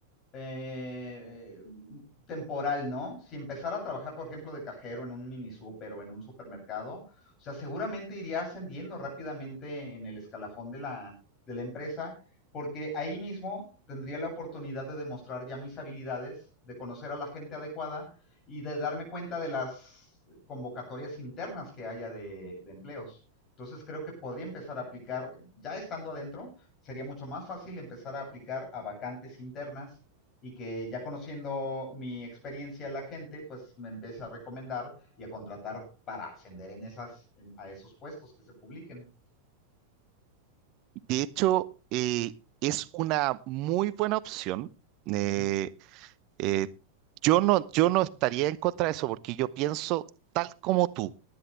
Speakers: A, on the left; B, on the right.
A: eh, eh, temporal, ¿no? Si empezara a trabajar, por ejemplo, de cajero en un mini super o en un supermercado, o sea, seguramente iría ascendiendo rápidamente en el escalafón de la, de la empresa porque ahí mismo tendría la oportunidad de demostrar ya mis habilidades, de conocer a la gente adecuada y de darme cuenta de las convocatorias internas que haya de, de empleos. Entonces creo que podría empezar a aplicar, ya estando adentro, sería mucho más fácil empezar a aplicar a vacantes internas y que ya conociendo mi experiencia la gente, pues me empiece a recomendar y a contratar para ascender en esas, en- a esos puestos que se publiquen.
B: De hecho, eh, es una muy buena opción. eh,
A: Ujú,
B: Eh, yo no, yo no estaría en contra de eso porque yo pienso tal como tú.